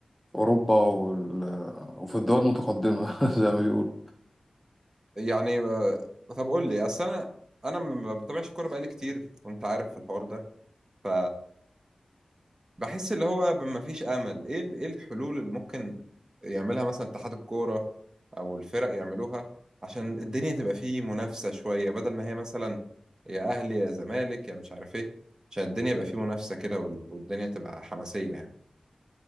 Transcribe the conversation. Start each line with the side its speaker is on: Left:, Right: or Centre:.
Centre: اوروبا وال... وفي الدول المتقدمه <laughs> زي ما بيقول
Right: يعني آه، طب قول لي اصل انا انا ما بتابعش الكوره بقالي كتير وانت عارف في الحوار ده ف بحس اللي هو ب- مفيش امل ايه ال- ايه الحلول اللي ممكن يعملها مثلا اتحاد الكوره او الفرق يعملوها عشان الدنيا تبقى فيه منافسه شويه بدل ما هي مثلا يا اهلي يا زمالك يا مش عارف ايه عشان الدنيا يبقى فيه منافسه كده وال- والدنيا تبقى حماسيه يعني